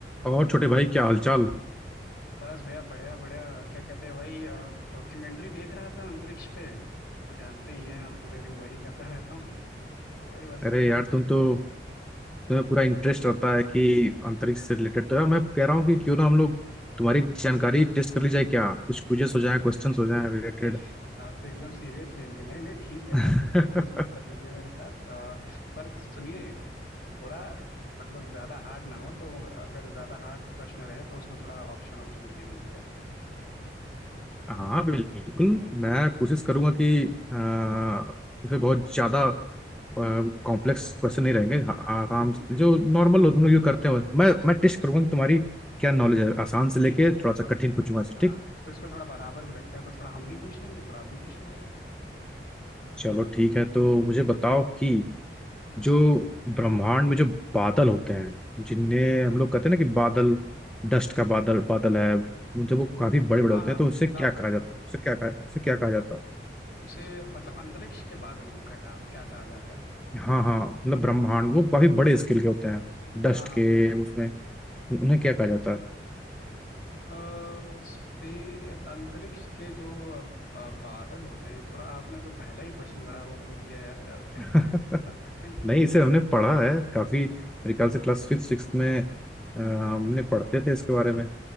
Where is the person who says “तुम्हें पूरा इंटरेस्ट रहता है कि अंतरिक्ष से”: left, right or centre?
Centre